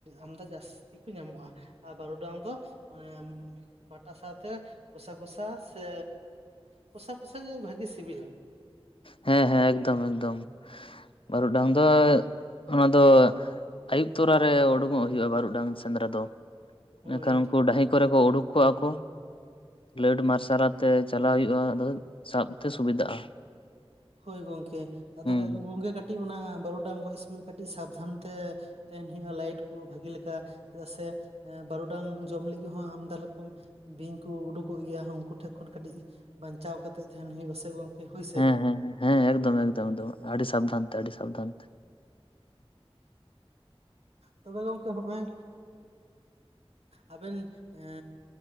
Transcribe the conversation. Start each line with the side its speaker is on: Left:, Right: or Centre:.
Right: ᱟᱢᱫᱟ ᱡᱟᱹᱥᱛᱤ ᱠᱚ ᱧᱟᱢᱚᱜᱼᱟ, ᱟᱨ ᱵᱟᱨᱩᱰᱟᱝ ᱫᱚ ᱚᱱᱮ ᱵᱟᱴᱟ ᱥᱟᱶᱛᱮ ᱠᱚᱥᱟ ᱠᱚᱥᱟ ᱥᱮ, ᱠᱚᱥᱟ ᱠᱚᱥᱟ ᱜᱮ ᱵᱷᱟᱜᱤ ᱥᱤᱵᱤᱞᱟ ᱾
Left: ᱦᱮᱸ ᱦᱮᱸ ᱮᱠᱫᱚᱢ ᱮᱠᱫᱚᱢ ᱵᱟᱹᱨᱩ ᱰᱟᱝ ᱫᱚ ᱚᱱᱟ ᱫᱚ ᱟᱭᱩᱵ ᱛᱚᱨᱟ ᱨᱮ ᱩᱰᱩᱠᱚᱜ ᱦᱩᱭᱩᱜᱼᱟ ᱵᱟᱨᱩ ᱰᱟᱝ ᱥᱮᱸᱫᱽᱨᱟ ᱫᱚ᱾
Right: ᱦᱳᱭ
Left: ᱢᱮᱱᱠᱷᱟᱱ ᱩᱝᱠᱩ ᱰᱟᱺᱦᱤ ᱠᱚᱨᱮ ᱠᱚ ᱩᱰᱩᱠ ᱠᱚᱜᱼᱟ ᱠᱚ ᱞᱟᱹᱴ ᱢᱟᱨᱥᱟᱞ ᱟᱛᱮ ᱪᱟᱞᱟᱣ ᱦᱩᱭᱩᱜᱼᱟ, <unintelligible> ᱥᱟᱵᱛᱮ ᱥᱩᱵᱤᱫᱷᱟᱜᱼᱟ᱾
Right: ᱦᱳᱭ ᱜᱚᱢᱠᱮ ᱟᱫᱚ
Left: ᱦᱩᱸ ᱦᱩᱸ
Right: ᱜᱚᱢᱠᱮ ᱠᱟᱹᱴᱤᱡ ᱚᱱᱟ ᱵᱟᱹᱨᱩᱰᱟᱝ ᱜᱚᱡ ᱥᱚᱢᱚᱭ ᱠᱟᱹᱴᱤᱡ ᱥᱟᱵᱫᱷᱟᱱ ᱛᱮ ᱛᱟᱦᱮᱱ ᱦᱩᱭᱩᱜᱼᱟ ᱞᱟᱭᱤᱴ ᱠᱚ ᱵᱷᱟᱹᱜᱤ ᱞᱮᱠᱟ ᱪᱮᱫᱟᱜ ᱥᱮ ᱵᱟᱨᱩᱰᱟᱝ ᱡᱚᱢ ᱞᱟᱹᱜᱤᱫ ᱦᱚᱸ ᱟᱢᱫᱟ ᱨᱚᱠᱚᱢ ᱵᱤᱧ ᱠᱩ ᱩᱰᱩᱠᱚᱜ ᱜᱮᱭᱟ ᱩᱱᱠᱩ ᱴᱷᱮᱱ ᱠᱷᱚᱱ ᱠᱟᱹᱴᱤᱡ ᱵᱟᱧᱪᱟᱣ ᱠᱟᱛᱮᱜ ᱛᱟᱦᱮᱱ ᱦᱩᱭᱩᱜ ᱟᱥᱮ ᱜᱚᱝᱠᱮ ᱦᱩᱭ ᱥᱮ᱾
Left: ᱦᱮᱸ ᱦᱮᱸ ᱦᱮᱸ ᱮᱠᱫᱚᱢ ᱮᱠᱫᱚᱢ ᱮᱠᱫᱚᱢ ᱟᱹᱰᱤ ᱥᱟᱵᱫᱷᱟᱱ ᱟᱹᱰᱤ ᱥᱟᱵᱫᱷᱟᱱ ᱛᱮ
Right: ᱛᱚᱵᱮ ᱜᱚᱝᱠᱮ ᱦᱚᱸᱜᱼᱚᱭ ᱟᱵᱮᱱ ᱮ